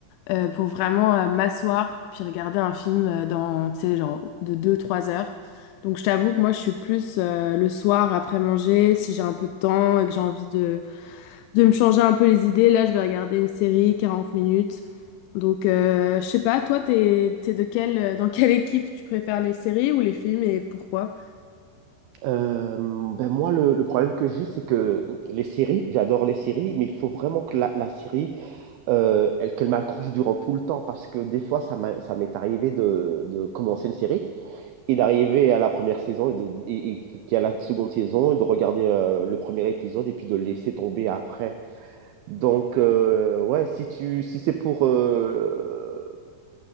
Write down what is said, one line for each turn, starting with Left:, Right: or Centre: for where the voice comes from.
Left: euh, pour vraiment euh, m'asseoir puis regarder un film euh, dans, tu sais, genre de deux trois heures. Donc, je t'avoue que moi, je suis plus euh, le soir après manger, si j'ai un peu de temps et que j'ai envie de de me changer un peu les idées. Là, je vais regarder une série, 40 minutes. Donc, euh, je sais pas, toi, t'es, t'es de quelle, euh, dans quelle équipe tu préfères les séries ou les films et pourquoi?
Right: Euh, ben moi, le, le problème que j'ai, c'est que les séries, j'adore les séries, mais il faut vraiment que la, la série, euh, elle, qu'elle m'accroche durant tout le temps, parce que des fois, ça m'a- ça m'est arrivé de, de commencer une série et d'arriver à la première saison et, de, et, et qu'il y a la seconde saison et de regarder euh, le premier épisode et puis de le laisser tomber après. Donc, euh, ouais, si tu, si c'est pour euh,